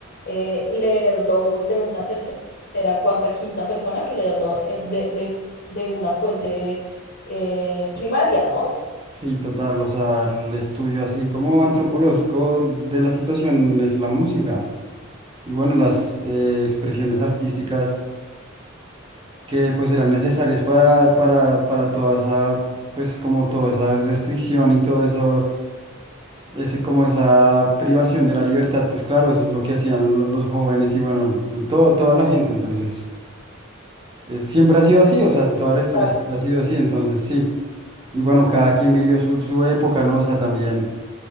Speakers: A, on the left (about 50°); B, on the right (about 25°).
A: eh, leerlo de una tercera, cuarta, quinta persona que leerlo eh, de, de- de una fuente eh, primaria, ¿no?
B: Sí, total. O sea, el estudio así como antropológico de la situación es la música. Y bueno, las eh, expresiones
A: Exacto.
B: artísticas que pues eran necesarias para, para, para toda esa, pues como toda esa restricción y todo eso, ese, como esa privación de la libertad, pues claro, eso es lo que hacían lo- los jóvenes y bueno, todo, toda la gente. Entonces... Eh, Siempre ha sido así, o sea, en toda
A: Exacto.
B: la historia siempre ha sido así, entonces sí. Y bueno, cada quien vivió su, su época, ¿no? O sea, también,